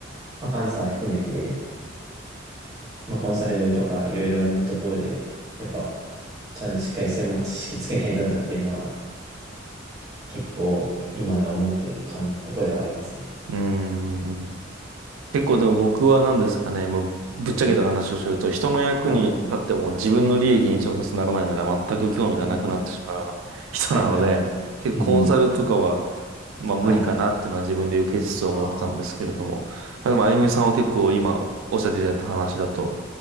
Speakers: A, on the right; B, on the right.
A: まあ、監査含めて、まあコンサルとかいろいろなところで、やっぱちゃんとしっかり専門知識つけないとなっていうのは結構今思ってるかんとこではありますね。
B: うん。結構でも僕は何ですかね、もうぶっちゃけた話をすると、
A: うん。
B: 人の役に立っても自分の利益に直接ならないなら全く興味がなくなってしまうような人なので、
A: はい。うん。はいはい。
B: 結構コンサルとかは、
A: うん。
B: まあ無理かなっていうのは自分で受けつつ思ってたんですけれども、
A: はい。ああ、
B: まあでもあゆみさんは結構今おっしゃっていただいた話だと、
A: そうですね。